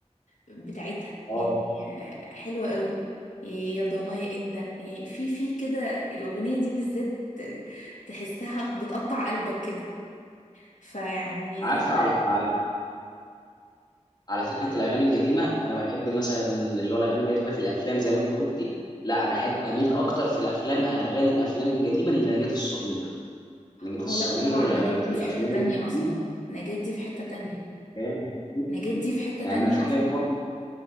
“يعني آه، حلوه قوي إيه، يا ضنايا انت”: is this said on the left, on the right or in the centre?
Left